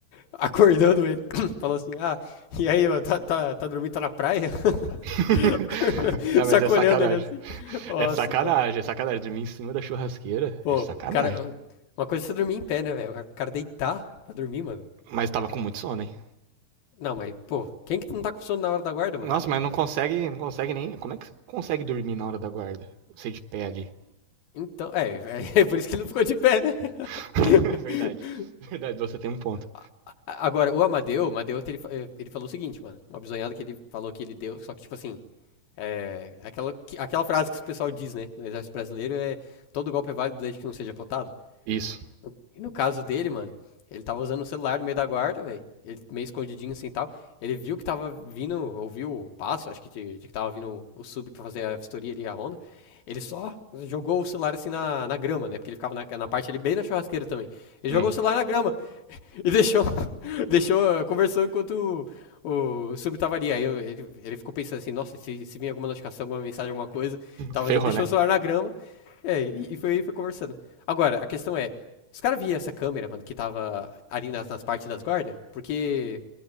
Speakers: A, on the left (about 65°); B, on the right (about 70°).
A: acordando ele. <coughs> <clears throat> Falou assim: Ah, e aí, mano, tá, tá, tá dormindo, tá na praia? <laughs>
B: <laughs>
A: Acordando,
B: não, mas
A: Sacolhando
B: é sacanagem.
A: ele assim. Nossa,
B: É sacanagem,
A: mano.
B: é sacanagem. Dormir em cima da churrasqueira
A: Pô,
B: é sacanagem.
A: cara, uma coisa é você dormir em pé, né, velho? O cara deitar pra dormir, mano.
B: Mas tava com muito sono, hein?
A: Não, mas, pô, quem que não tá com sono na hora da guarda, mano?
B: Nossa, mas não consegue, não consegue nem. Como é que você consegue dormir na hora da guarda? Você de pé ali.
A: Então, é, é <laughs> por isso que ele não ficou de pé, né? <laughs>
B: <laughs> é verdade. É Verdade, você tem um ponto.
A: A- Agora, o Amadeu, o Amadeu, ele, fa- eh, ele falou o seguinte, mano, uma bisonhada que ele falou que ele deu, só que, tipo assim, é, aquela, que- aquela frase que o pessoal diz, né, no exército brasileiro é, todo golpe é válido desde que não seja plotado.
B: Isso.
A: No- E no caso dele, mano, ele tava usando o celular no meio da guarda, velho. Ele meio escondidinho assim e tal. Ele viu que tava vindo, ouviu o passo, acho que de, de que tava vindo o sub pra fazer a vistoria ali, a ronda. Ele só jogou o celular assim na, na grama, né? Porque ele ficava na, na parte ali bem na churrasqueira também. Ele
B: Hum.
A: jogou o celular na grama e <laughs> deixou Deixou, conversou enquanto o, o sub tava ali. Aí eu- ele, ele ficou pensando assim, nossa, se, se vir alguma notificação, alguma mensagem, alguma coisa, tal.
B: Ferrou,
A: Mas ele deixou
B: né?
A: o celular na grama é, e, e foi, foi conversando. Agora, a questão é, os caras viam essa câmera, mano, que tava ali nas, nas partes das guardas? Porque